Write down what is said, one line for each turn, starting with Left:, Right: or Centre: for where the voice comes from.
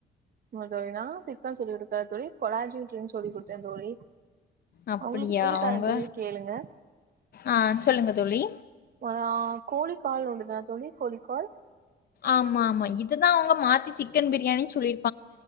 Right: ஆமா தோழி நா சிக்கன் சொல்லி கொடுத்தே தோழி கொலாஜி ட்ங்கனு சொல்லி கொடுத்தே தோழி
Left: அப்படியா
Right: உங்களுக்கு சொல்லி
Left: அவங்க
Right: தரே தோழி கேளுங்க
Left: ஆ சொல்லுங்க தோழி
Right: மொத ஆ கோழி கால் உண்டு தான தோழி கோழி கால்
Left: ஆமா ஆமா இதுதான் அவங்க மாத்தி சிக்கன் பிரியாணின்னு சொல்லி